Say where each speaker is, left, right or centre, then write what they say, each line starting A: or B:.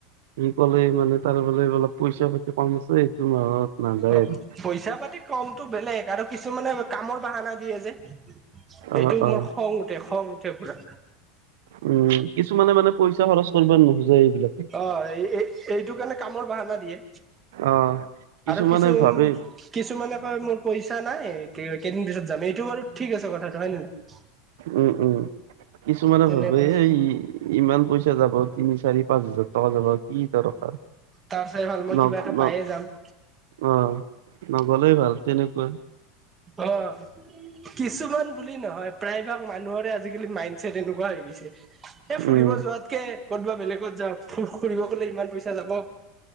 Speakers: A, on the right; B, on the right.
A: ই ক'লে মানে, তাৰে বোলে অলপ, পইচা-পাতি কম আছে, এইটো মাহত। নাযায়
B: অ'
A: আৰু
B: পইচা-পাতি কামটো বেলেগ। আৰু কিছুমানে, কামৰ বাহানা দিয়ে যে
A: অ
B: এইটো
A: অ
B: মোৰ খং উঠে-খং উঠে পূৰা।
A: উম, কিছুমানে মানে, পইচা খৰচ কৰিব নোখোজে, এইবিলাকে।
B: অ'! এই-এই, এইটো কাৰণে কামৰ বাহানা দিয়ে।
A: অ কিছুমানে
B: আৰু কিছু,
A: ভাবে
B: কিছুমানে কয় মোৰ, পইচ চা নাই, কেইদিন পিছত যামে্ঋ। এইটো বাৰু ঠিক আছে, কথাটো হয় নে নাই?
A: উম, উম! কিছুমানে
B: তেনেকুৱাই
A: ভাবে এই, কথা ই ইমান পইচা যাব, তিনি-চাৰি, পাঁচ হাজাৰ টকা যাব। কি দৰকাৰ?
B: তাৰপিছত, এবাৰ মই,
A: ন
B: কিবা এটা
A: ন
B: পায়ে যাম।
A: অ'! নগ'লেই ভাল, তেনেকুৱাই।
B: অ'! কিছুমান বুলি নহয়, প্ৰায় ভাগ মানুহৰে আজিকালি, মাইণ্ডছেট এনেকুৱা হৈ গৈছে। এ, ফুৰিব
A: উম,
B: যোৱাতকে, ক'ৰবাত বেলেগত যাম, ফুৰ- ফুৰিব গ'লে ইমান পইচা যাব।